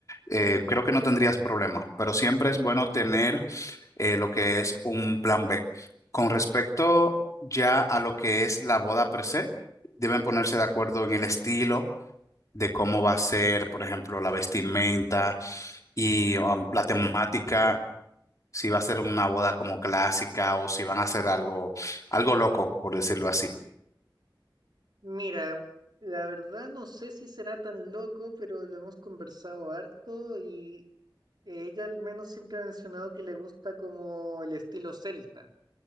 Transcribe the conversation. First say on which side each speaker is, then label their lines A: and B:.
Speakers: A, on the left (about 40°); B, on the right (about 55°).
A: eh, creo que no tendrías problema, pero siempre es bueno tener eh, lo que es un plan B. Con respecto ya a lo que es la boda per se, deben ponerse de acuerdo en el estilo de cómo va a ser, por ejemplo, la vestimenta y um, la temática, si va a ser una boda como clásica o si van a hacer algo, algo loco, por decirlo así.
B: Mira, la verdad no sé si será tan loco, pero lo hemos conversado harto y ella al menos siempre ha mencionado que le gusta como el estilo celta,